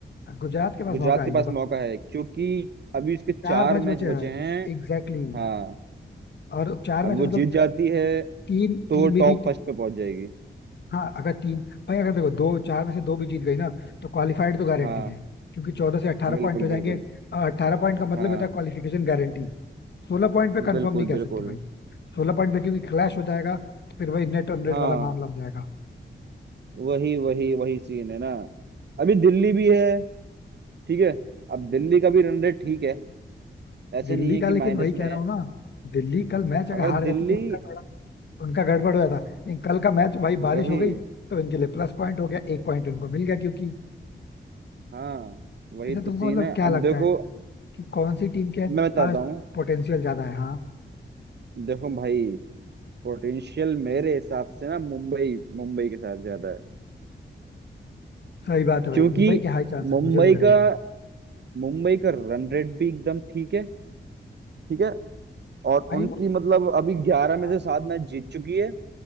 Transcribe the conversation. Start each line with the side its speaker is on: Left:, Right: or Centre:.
Left: गुजरात के पास
Right: गुजरात
Left: मौका है
Right: के पास
Left: ये बात
Right: मौका है क्योंकि अभी उसके
Left: चार
Right: चार
Left: मैच
Right: मैच
Left: बचे
Right: बचे
Left: हैं
Right: हैं
Left: Exactly exactly.
Right: हाँ
Left: और चार
Right: अब
Left: मैच
Right: वो
Left: मतलब
Right: जीत जाती है
Left: तीन
Right: तो
Left: तीन
Right: वो टॉप
Left: भी जीत
Right: फर्स्ट पे पहुंच जाएगी
Left: हाँ अगर तीन भाई अगर देखो दो चार में से दो भी जीत गई ना तो क्वालिफाइड तो गारंटी
Right: हाँ
Left: है क्योंकि चौदह से अट्ठारह
Right: बिल्कुल
Left: पॉइंट हो जाएंगे
Right: बिल्कुल
Left: अट्ठारह पॉइंट का मतलब
Right: हाँ
Left: होता है क्वालिफिकेशन गारंटी सोलह पॉइंट पे कंफर्म
Right: बिल्कुल
Left: नहीं कह
Right: बिल्कुल
Left: सकते भाई सोलह पॉइंट पे क्योंकि क्लैश हो जाएगा तो फिर वही नेट ऑन नेट
Right: हाँ
Left: वाला मामला हो जाएगा
Right: वही वही वही सीन है ना अभी दिल्ली भी है ठीक है अब दिल्ली का भी रन रेट ठीक है ऐसे
Left: दिल्ली
Right: नहीं है
Left: का
Right: कि
Left: लेकिन
Right: माइनस
Left: वही कह
Right: में
Left: रहा
Right: है
Left: हूँ ना दिल्ली कल मैच अगर
Right: अगर
Left: हार जाती
Right: दिल्ली
Left: तो उनका थोड़ा उनका गड़बड़ हो गया था नहीं, कल का मैच भाई बारिश
Right: वही
Left: हो गई तो इनके लिए प्लस पॉइंट हो गया एक पॉइंट उनको मिल गया क्योंकि
Right: हाँ वही
Left: ऐसे तुमको
Right: तो सीन
Left: मतलब
Right: है
Left: क्या
Right: अब
Left: लगता
Right: देखो
Left: है कि कौन सी टीम के
Right: मैं बताता
Left: पास
Right: हूँ
Left: पोटेंशियल ज्यादा है हाँ
Right: देखो भाई पोटेंशियल मेरे हिसाब से ना मुंबई मुंबई के साथ ज्यादा है
Left: सही बात है भाई
Right: क्योंकि
Left: मुंबई के हाई चांसेस
Right: मुंबई
Left: मुझे भी लग रहा
Right: का
Left: है इस बार
Right: मुंबई का रन रेट भी एकदम ठीक है ठीक है और
Left: भाई
Right: उनकी
Left: वो
Right: मतलब अभी ग्यारह
Left: हाँ
Right: में से सात मैच जीत चुकी है